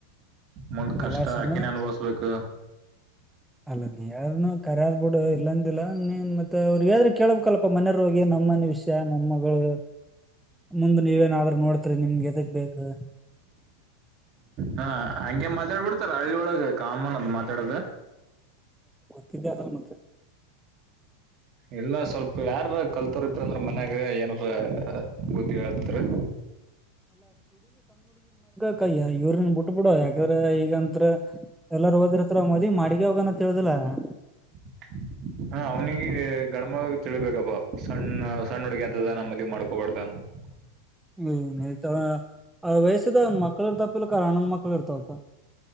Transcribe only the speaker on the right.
ಮುಂದ್
ಕಷ್ಟ
ಆಕೆನ್ ಅನ್ಭವಸ್ಬೇಕು
ಹಾ ಹಂಗೆ ಮಾತಾಡ್ ಬಿಡ್ತಾರ ಹಳ್ಳಿ ಒಳಗೆ ಕಾಮನ್ ಕೆಡದ
ಇಲ್ಲ ಸ್ವಲ್ಪ ಯಾರ ಕಲ್ತೋರ್ ಇದ್ರ ಅಂದ್ರ ಮನ್ಯಾಗ ಏನಾರ ಬುದ್ಧಿ ಹತ್ತರಿ
<inaudible> ಹಾ ಅವ್ನಿಗೆ ಗಣಮ ತಿಳಳ್ಬೇಕಪ್ಪ ಸಣ್ಣ ಸಣ್ಣ ಹುಡುಗಿ ಆದದ ನಮ್ಮ ಮದ ಮಾಡ್ಕೋಡ್ದ ಅನ್ನೋ <inaudible>